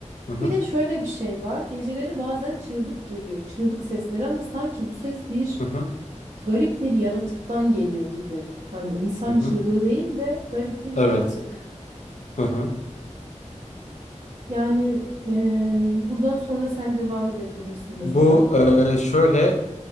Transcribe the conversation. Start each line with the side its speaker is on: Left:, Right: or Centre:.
Left: Hı hı.
Right: bir de şöyle bir şey var. Geceleri bazen çığlık geliyor. Çığlık sesleri ama sanki bu ses bir
Left: Hı hı.
Right: garip bir yaratıktan geliyor gibi. Hani insan
Left: Hı hı.
Right: çığlığı değil de garip bir yaratık.
Left: Evet. Hı hı.
Right: Yani eee, buradan sonra sen devam edebilir misin mesela?
Left: Bu e, şöyle